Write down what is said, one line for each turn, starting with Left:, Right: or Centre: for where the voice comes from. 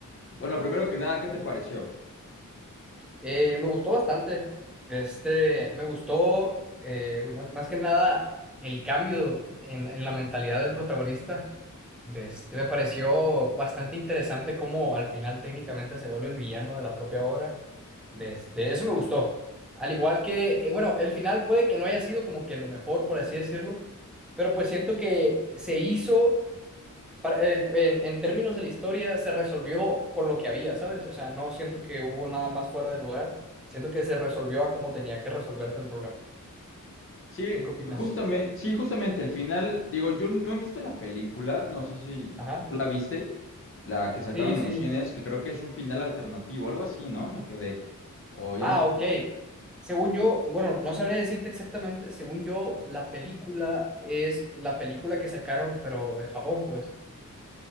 Left: Bueno, primero que nada, ¿qué te pareció?
Centre: Eh, me gustó bastante. Este, me gustó eh, más, más que nada el cambio en, la- en la mentalidad del protagonista. De este, me pareció bastante interesante cómo al final técnicamente se vuelve el villano de la propia obra. De este, eso
Left: Claro.
Centre: me gustó. Al igual que, eh, bueno, el final puede que no haya sido como que lo mejor, por así decirlo, pero pues siento que se hizo para- el- en, en términos de la historia, se resolvió con lo que había, ¿sabes? O sea, no siento que hubo nada más fuera de lugar. Siento que se resolvió a como tenía que resolverse el problema.
Left: Sí,
Centre: ¿Tú qué opinas?
Left: justamente, sí, justamente el final, digo, yo no he visto la película, no sé si
Centre: Ajá.
Left: tú la viste, la que sacaron
Centre: Sí, sí.
Left: en los cines, que creo que es un final alternativo, algo así, ¿no? Me quedé. O ya
Centre: Ah,
Left: no supe.
Centre: ok. Según yo, bueno, no sabría decirte exactamente. Según yo, la película es la película que sacaron, pero en Japón, pues.